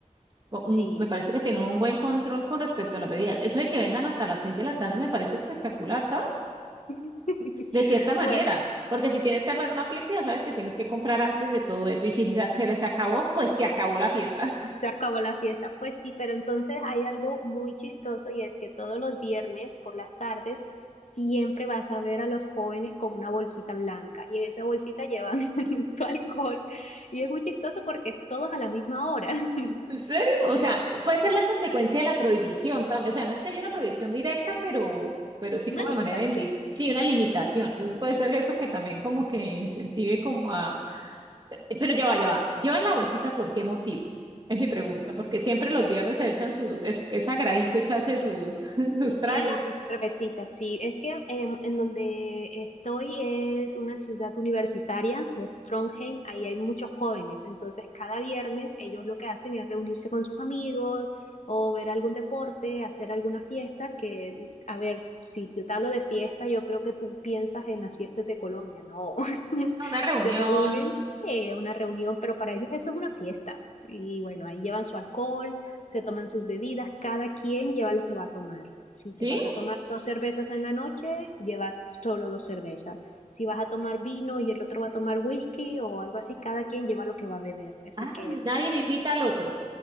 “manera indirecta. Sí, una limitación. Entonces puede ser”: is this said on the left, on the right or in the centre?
Right